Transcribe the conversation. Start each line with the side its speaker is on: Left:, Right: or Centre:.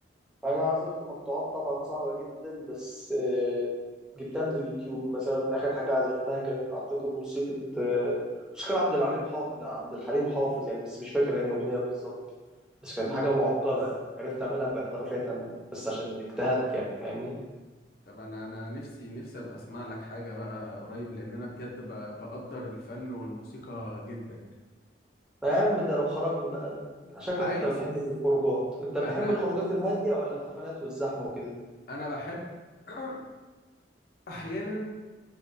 Centre: انا عزفت مقطوعات طبعا صعبة جدا بس آه، جبتها من اليوتيوب مثلا اخر حاجة عزفتها كانت اعتقد موسيقى آه، موسيقى عبد العليم حا... عبد الحليم حافظ يعني بس مش فاكر انهي اغنية بالظبط بس كانت
Left: امم
Centre: حاجة معقدة يعني عرفت اعملها باحترافية تامة بس عشان اجتهدت يعني فاهمني
Left: طب انا انا نفسي نفسي ابقى اسمع لك حاجة بقى قريب لان انا بجد ب... بقدر الفن والموسيقى جدا
Centre: ما يا عم ده لو خرجنا بقى شكلك
Left: عايز
Centre: انت بتحب الخروجات انت بتحب
Left: انا
Centre: الخروجات الهادية ولا الحفلات والزحمة وكده
Left: انا بحب <clears throat> احيانا